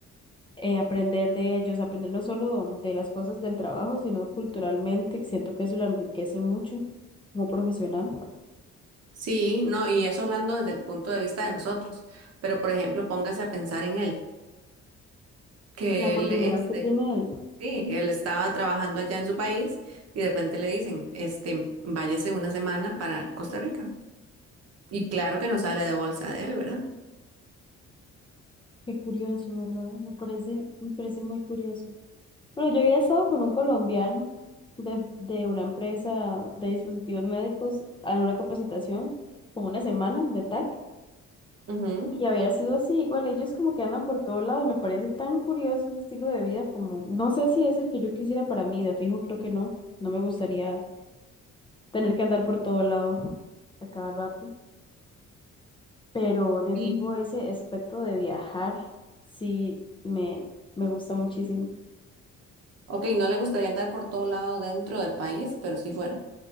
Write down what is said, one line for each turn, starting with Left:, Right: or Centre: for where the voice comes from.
Left: eh, aprender de ellos, aprender no solo de las cosas del trabajo, sino culturalmente, que siento que eso lo enriquece mucho como profesional.
Right: Sí, no, y eso hablando desde el punto de vista de nosotros. Pero por ejemplo, póngase a pensar en él. que
Left: La oportunidad
Right: él, este,
Left: que tiene él,
Right: sí, él estaba trabajando allá en su país y de repente le dicen, este, váyase una semana para Costa Rica. Y claro que no sale de bolsa de él, ¿verdad?
Left: qué curioso, ¿verdad? Me parece, me parece muy curioso. Bueno, yo había estado con un colombiano de, de una empresa de dispositivos médicos en una capacitación, como una semana de TAC,
Right: Ujú.
Left: y había sido así, igual ellos como que andan por todo lado, me parece tan curioso ese estilo de vida, como no sé si es el que yo quisiera para mí, de fijo creo que no, no me gustaría tener que andar por todo lado a cada rato, pero de
Right: Sí.
Left: fijo ese aspecto de viajar sí me, me gusta muchísimo.
Right: Ok, no le gustaría andar por todo lado dentro del país, pero sí fuera.